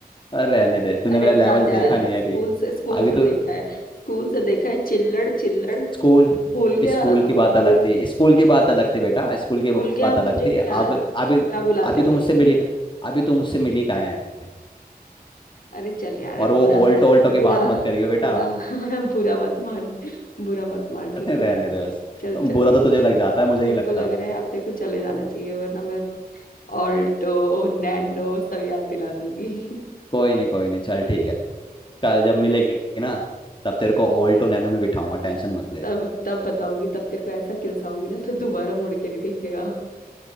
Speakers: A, on the left (about 30°); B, on the left (about 65°).
A: रहने दे तूने
B: अरे
A: मेरा लेवल
B: जा जा
A: देखा नहीं है
B: स्कूल
A: अभी
B: से स्कूल
A: अभी
B: से
A: तो
B: देखा है स्कूल से देखा है चिल्लड़ चिल्लड़
A: स्कूल
B: भूल गया
A: स्कूल की बात अलग
B: भूल
A: थी स्कूल की बात अलग थी बेटा स्कूल की बात
B: भूल गया हम
A: अलग
B: तुझे
A: थी
B: क्या
A: अब
B: क्या
A: अभी
B: बुलाते
A: अभी तुम
B: थे
A: मुझसे मिली अभी तुम मुझसे मिली कहाँ है
B: अरे चल यार अब
A: और वो
B: बुरा
A: ऑल्टो ऑल्टो की
B: बुरा
A: बात मत करियो बेटा
B: बुरा <laughs> बुरा मत मान बुरा मत मान ठीक
A: अरे रहने
B: है
A: दे बस
B: चल चल
A: बुरा तो तुझे लग जाता है मुझे नहीं
B: मेरे
A: लगता
B: को लग रहा है आप तेरे को चले जाना चाहिए वरना मैं ऑल्टो नैनो सब याद दिला दूंगी <laughs>
A: कोई नहीं कोई नहीं चल ठीक है कल जब मिलेगी ना तब तेरे को ऑल्टो नैनो में बिठाऊंगा टेंशन मत ले
B: तब तब बताऊंगी तब तेरे को ऐसा किलसाऊंगी ना तो दोबारा मुड़ के नहीं देखेगा